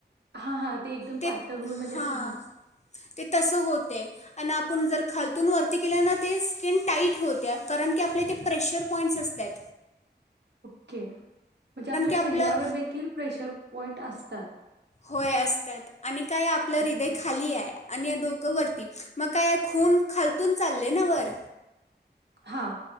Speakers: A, on the right; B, on the left.
A: हां, हां. एकदम
B: ते
A: पातळ होऊन म्हणजे
B: हां
A: असं
B: ते तसं होतं आणि आप पण जर खालतून वरती केल्यान ते स्किन टाइट होत्या कारण की आपले ते प्रेशर पॉईंट्स असत्यात.
A: ओके म्हणजे आपल्या
B: आपलं
A: चेहऱ्यावर देखील प्रेशर पॉइंट असतात
B: होय असतात आणि काय आपलं हृदय
A: ओके.
B: खाली आहे आणि या डोकंवरती मग काय खून खालतून चाले ना वर
A: हां.